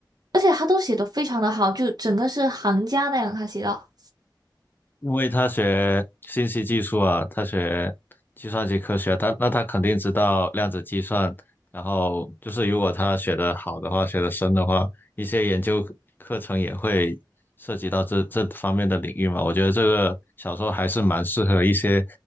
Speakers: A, on the right (about 55°); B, on the left (about 25°).
A: 而且他都写得非常的好，就整个是行家那样他写到。
B: 因为他学信息技术啊，他学计算机科学，他那他肯定知道量子计算。然后就是，如果他学得好的话，学得深的话，一些研究课程也会涉及到这这方面的领域嘛。我觉得这个小说还是蛮适合一些